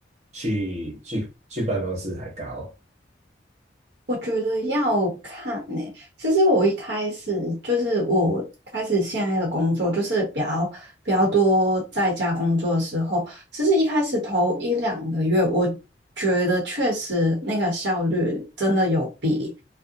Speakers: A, on the right (about 40°); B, on the right (about 75°).
A: 去去去办公室还高，
B: 我觉得要看呢、其实我一开始就是我开始现在的工作，就是比较比较多在家工作的时候，其实一开始头一两个月，我觉得确实那个效率真的有比